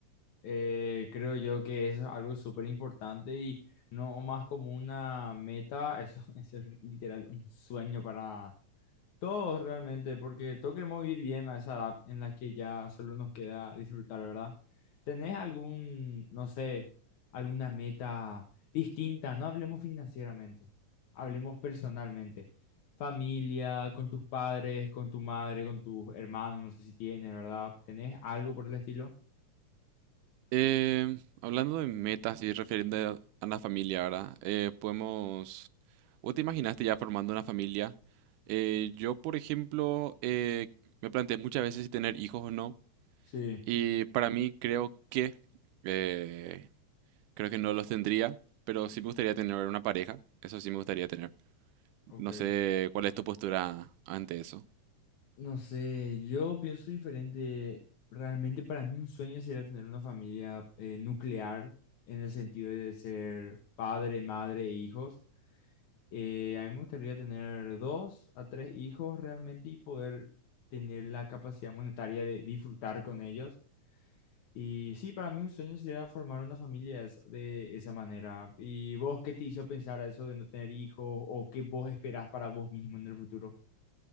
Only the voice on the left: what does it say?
Eh, creo yo que eso es algo súper importante y no más como una meta, eso, <laughs> eso es literal un sueño para, Todos realmente, porque todos queremos vivir bien a esa edad en la que ya solo nos queda disfrutar, ¿verdad? ¿Tenés algún, no sé, alguna meta distinta? No hablemos financieramente, hablemos personalmente. Familia, con tus padres, con tu madre, con tus hermanos, no sé si tienes, ¿verdad? ¿Tenés algo por el estilo?
Sí,
ok.
No sé, yo pienso diferente. Realmente para mí un sueño sería tener una familia eh, nuclear en el sentido de ser padre, madre e hijos. Eh, a mí me gustaría tener dos a tres hijos realmente y poder tener la capacidad monetaria de disfrutar con ellos. Y sí, para mí un sueño sería formar una familia de esa de esa manera. ¿Y vos qué te hizo pensar a eso de no tener hijos o qué vos esperás para vos mismo en el futuro?